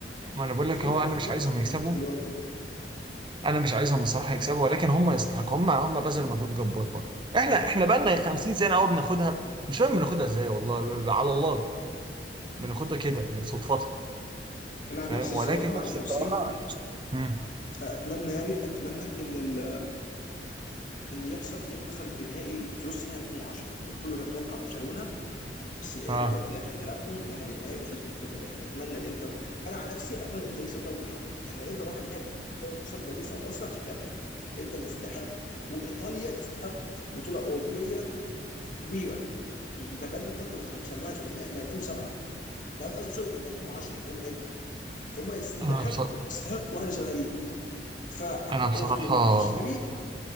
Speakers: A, on the right; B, on the left.
A: ما انا بقول
B: الفريق
A: لك هو
B: ده
A: انا
B: اخره
A: مش
B: يقعد
A: عايزهم
B: في في-
A: يكسبوا
B: في الأول- في الاول
A: انا مش عايزهم بصراحه يكسبوا ولكن هم يستحقوا هم هم بذلوا مجهود جبار برضه احنا احنا بقى لنا
B: مم.
A: 50 سنه اهو بناخدها مش فاهم بناخدها ازاي والله ب- ب- على الله بناخدها كده يعني صدفتها
B: انا عن
A: فاهم
B: نفسي
A: ولكن
B: الصراحه
A: بس
B: عن نفسي
A: بصراحة مم.
B: اتمنى يعني اتمنى ان ال ان يحصل زي ما حصل في نهائي في نص نهائي 2010 ان كله كان متوقع برشلونه بس الانتر
A: اه
B: في الاخر غلبهم وتاهل للنهائي وفاز بالبطوله في الاخر اتمنى الانتر انا عن نفسي اتمنى الانتر يكسب البطوله كلها يعني الانتر راح نهائي قصاد باريس او اوسلع عشان كده الانتر الانتر يستحق وايطاليا تستحق بطوله اوروبيه كبيره بقى لهم فتره ما سموهاش من 2007 قصدي سوري من 2010 من ايام الانتر فهم يستحقوا
A: انا بصراحه
B: يستحقوا حاجه شبه دي ف
A: انا بصراحه
B: ومفيش فريق